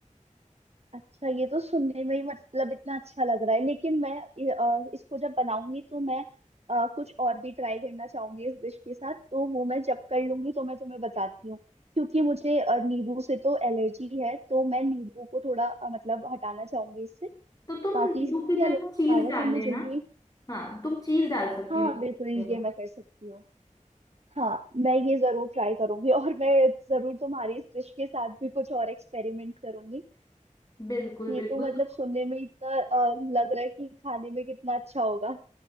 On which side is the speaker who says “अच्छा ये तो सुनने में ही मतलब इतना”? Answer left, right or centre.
Right